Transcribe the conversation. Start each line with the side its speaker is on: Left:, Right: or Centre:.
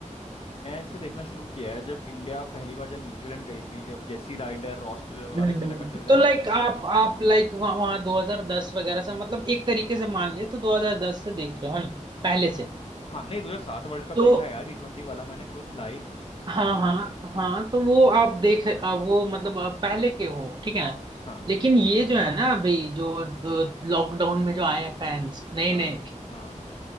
Left: से देखना शुरू किया है जब इंडिया पहली बार जब न्यूजीलैंड गई थी जब जेसी राइडर रॉस टेलर वगैरह
Right: हम्म,
Left: खेला करते थे
Right: तो
Left: ना
Right: लाइक आप आप लाइक वहां 2010 वगैरह से मतलब एक तरीके से मान लिए तो 2010 से देख रहे हो है ना पहले
Left: हाँ
Right: से
Left: हाँ नहीं 2007 वर्ल्ड कप
Right: तो
Left: देखा है यार टी ट्वेंटी वाला मैंने खुद लाइव
Right: हाँ हाँ हाँ तो वो आप देख आप वो मतलब आप पहले के हो ठीक है
Left: हाँ
Right: लेकिन ये जो है ना अभी जो लॉकडाउन में जो आए हैं फैंस नए
Left: हाँ
Right: नए
Left: हाँ